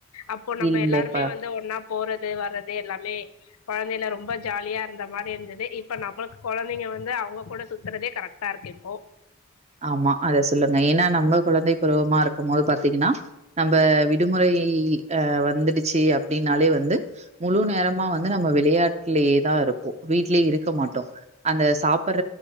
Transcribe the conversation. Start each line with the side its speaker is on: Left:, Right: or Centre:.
Left: அப்போ நம்ம
Right: இல்ல
Left: எல்லாருமே
Right: இப்ப
Left: வந்து ஒன்னா போறது வர்றது எல்லாமே கொழந்தைல ரொம்ப ஜாலியா இருந்த மாரி இருந்தது இப்ப நம்மளுக்கு கொழந்தைங்க வந்து அவங்க கூட சுத்தறதே கரெக்ட் டா இருக்கு இப்போ
Right: ஆமா அத சொல்லுங்க ஏனா நம்ம குழந்தை பருவமா இருக்கும் போது பாத்தீங்கன்னா நம்ப விடுமுறை அ வந்துடுச்சு அப்டின்னாலே வந்து முழு நேரமா வந்து நம்ம விளையாட்லே தா இருப்போ வீட்லயே இருக்க மாட்டோ அந்த சாப்பற